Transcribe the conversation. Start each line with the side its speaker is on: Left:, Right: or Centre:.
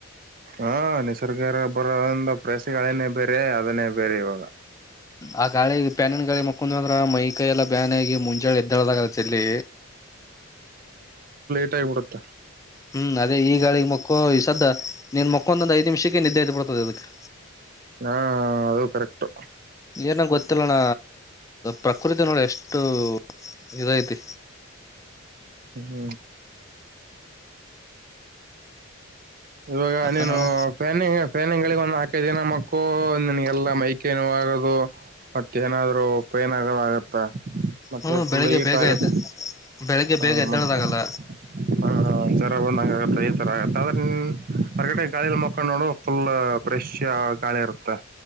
Right: ಹಾ ನಿಸರ್ಗ ಬರೋದಂದ ಪ್ರಯಸಗಳೇನೇ ಬೇರೆ ಅದನ್ನೇ ಬೇರೆ ಇವಾಗ
Left: ಆ ಕಾಳ ಪ್ಯಾನಿನ ಗಾಳಿ ಮಕ್ಕೊಂಡ್ ಹಂದ್ರ ಮೈ ಕೈ ಎಲ್ಲ ಬ್ಯಾನ ಆಗಿ ಮುಂಜಾಳೆ ಎದ್ದಾಳದಾಗಾರತ್ತ ಇಲ್ಲಿ
Right: ಇಡತ್ತ
Left: ಹ್ಮ್ ಅದೇ ಈಗಾಳಿಗ್ ಮಕ್ಕಳ ಈ ಸದ್ದ ನಿನ್ ಮಕ್ಕೊಂದೊಂದು್ ಐದ ನಿಮಿಷಕ್ಕೆ ನಿದ್ದೆಐತಿ ಬಿಡ್ತದೆ ಅದಕ್ಕೆ
Right: ಹಾ ಅದು ಕರೆಕ್ಟ್
Left: ಏನ ಗೊತ್ತಿಲ್ಲಣ್ಣ ಪ್ರಕೃತಿ ನೋಡಿ ಎಷ್ಟು ಇದಐತಿ
Right: ಹ್ಮ ಇವಾಗ
Left: ಮತ್ತ
Right: ನೀನು
Left: ನೋಣ
Right: ಫ್ಯಾನಿಂಗ್ ಫ್ಯಾನಿಂಗ ಗಳಿಗೆ ಒಂದ್ ಹಾಕೈಿನ ನಕೋ ನನ್ಗೆಲ್ಲಾ ಮೈಕೇನುೋ ಆಗದು ಮತ್ತ ಏನಾದ್ರು ಉ ಪೈನ್ ಆಗದ ಆಗತ್ತ ಮತ್ತೆ
Left: ಹ್ಮ್
Right: ಫುಲ್
Left: ಬೆಳಿಗ್ಗೆ
Right: ಈಟ್
Left: ಬೇಗ
Right: ಆಗುತ್ತ
Left: ಎದ್ದ ಬೆಳಿಗ್ಗೆ
Right: ಹ
Left: ಬೇಗ ಎದ್ದಳದಾಗಲ್ಲ
Right: ಮತ್ತೆ ಹ ಜರ ಬಂದ ತತರ ಅದನ್ನು ಹೊರಗಡೆ ಗಾಳಿಯಲಿ ಮುಕೊಂಡ್ ನೋಡು ಫುಲ್ ಫ್ರೆಶ್ ಗಾಳಿ ಇರುತ್ತೆ